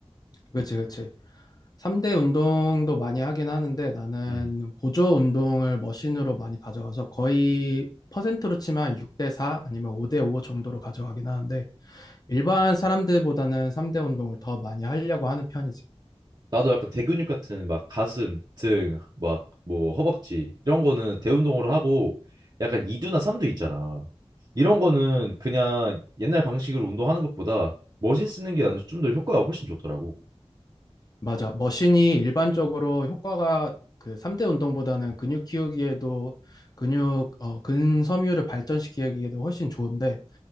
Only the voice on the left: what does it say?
그치, 그치. 3대 운동도 많이 하긴 하는데 나는
보조 운동을 머신으로 많이 가져가서 거의 퍼센트로 치면 6대 4 아니면 5대 5 정도로 가져가긴 하는데 일반 사람들보다는 3대 운동을 더 많이 하려고 하는 편이지.
맞아. 머신이 일반적으로 효과가 그 3대 운동보다는 근육 키우기에도 근육, 어, 근섬유를 발전시키기에도 훨씬 좋은데,